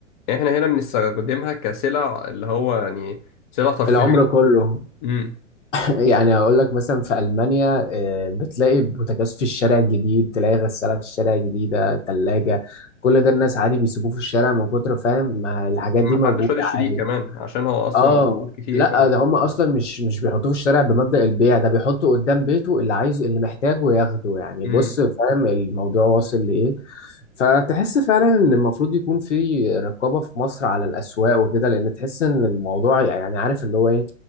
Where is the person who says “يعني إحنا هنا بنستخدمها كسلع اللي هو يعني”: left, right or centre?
Left